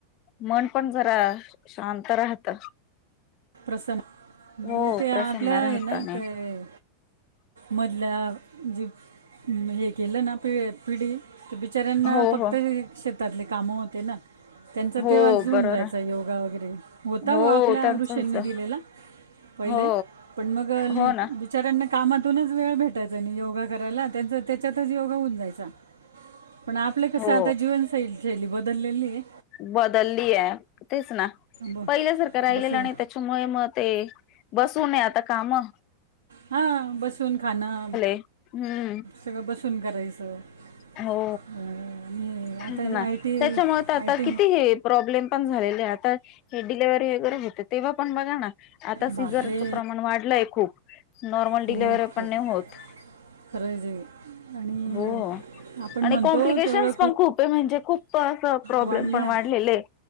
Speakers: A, on the left; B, on the right.
A: मन पण जरा शांत राहत.
B: प्रसन्न
A: हो
B: म्हण ते आपल्या
A: प्रसन्न राहत
B: हे ना
A: आणि
B: काय मधल्या जे हे केलं ना <unintelligible> पिढी, तर बिचाऱ्यांना
A: हो
B: फक्त
A: हो
B: हे शेतातले कामं होते ना त्यांचा
A: हो
B: तेव्हाच होऊन
A: बरोबर
B: जायचा योगा वगैरे... होता
A: हो
B: व आपल्या
A: त्यांच
B: ऋषी
A: ह्याच
B: नी दिलेला... पहिले,
A: हो
B: पण मग
A: हो ना
B: बिचाऱ्यांना कामातूनच वेळ भेटायचा नाई योगा करायला, त्यांचा त्याच्यातच योगा होऊन जायचा पण आपलं कसं,
A: हो
B: आता जीवनशैली शैली बदललेली ए
A: बदलली ए... तेच ना,
B: ब
A: पहिल्या सारखं राहिलेलं
B: बसून
A: नाई त्यामुळे मग ते, बसून हाये आता कामं
B: हा बसून खाणं,
A: हम्म
B: सगळं बसून करायचं
A: हो.
B: अं, आणि
A: तेच
B: आता
A: ना,
B: आय टी
A: त्याच्यामुळे आता
B: आय टी
A: किती हे प्रॉब्लेम पण झालेले आता हे डिलेव्हरी वगैरे हो तेव्हा पण बघा ना आता
B: बापरे
A: सीझरचं प्रमाण वाढलंय खूप, नॉर्मल
B: खूप
A: डिलिव्हरी पण
B: खूप
A: नाही होत
B: <unintelligible> आणि
A: हो
B: आपण
A: आणि
B: म्हणतो
A: कॉम्प्लिकेशन्स
B: तेवढं
A: पण खूप ए म्हणजे खूप असं प्रॉब्लेम
B: वाढल्या
A: पण वाढलेले ए